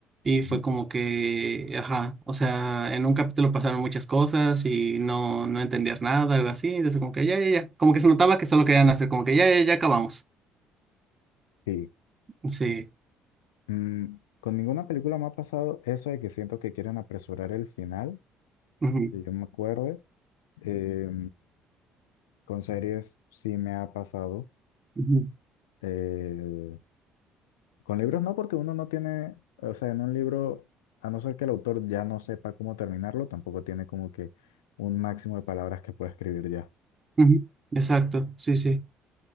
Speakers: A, on the right (about 35°); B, on the left (about 80°).
A: Y fue
B: Ujú.
A: como que, ajá. O sea, en un capítulo pasaron muchas cosas y no, no entendías nada, algo así. Entonces, como que ya, ya, ya. Como que se notaba que solo querían hacer, como que ya, ya, ya acabamos.
B: Sí.
A: Sí.
B: Mm, con ninguna película me ha pasado eso de que siento que quieren apresurar el final,
A: Ujú,
B: que yo me acuerde. Eh, con series sí me ha pasado.
A: ujú,
B: Eh, con libros no, porque uno no tiene, o sea, en un libro, a no ser que el autor ya no sepa cómo terminarlo, tampoco tiene como que un máximo de palabras que puede escribir ya.
A: ujú. Exacto. Sí, sí.